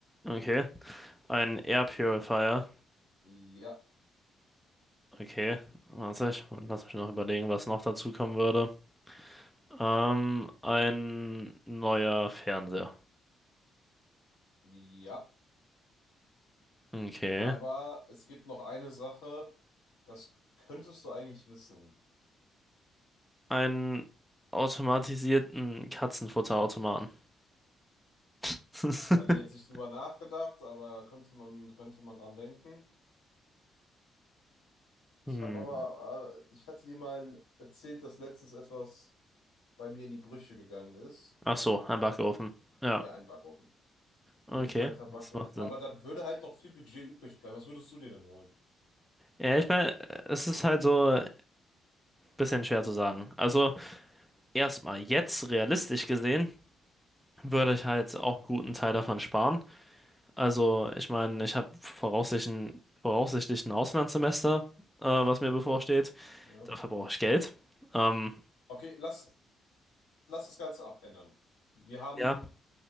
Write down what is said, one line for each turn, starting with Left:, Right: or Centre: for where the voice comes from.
Centre: Okay, ein Air Purifier
Left: ja,
Centre: Okay, warte, ich lass mich noch überlegen, was noch dazu kommen würde. Ähm, ein neuer Fernseher.
Left: ja.
Centre: Okay.
Left: Aber es gibt noch eine Sache, das könntest du eigentlich wissen.
Centre: Einen automatisierten Katzenfutterautomaten. <laughs>
Left: Da hatte ich jetzt nicht drüber nachgedacht, aber könnte man, könnte man dran denken. Ich
Centre: Hm.
Left: habe aber, äh, ich hatte dir mal erzählt, dass letztens etwas bei mir in die Brüche gegangen ist.
Centre: Ach so, ein Backofen. Ja,
Left: Ja, ein Backofen.
Centre: okay,
Left: Ein gescheiter Backofen.
Centre: das macht Sinn.
Left: Aber da würde halt noch viel Budget übrig bleiben. Was würdest du dir denn holen?
Centre: Ja, ich meine, es ist halt so ein bisschen schwer zu sagen. Also, erstmal, jetzt realistisch gesehen, würde ich halt auch einen guten Teil davon sparen. Also, ich meine, ich habe voraussichtlich, ein- voraussichtlich ein Auslandssemester, äh, was mir
Left: Okay,
Centre: bevorsteht.
Left: ja.
Centre: Dafür brauche ich Geld. Ähm,
Left: Okay, lass, lass das Ganze abändern. Wir haben
Centre: ja,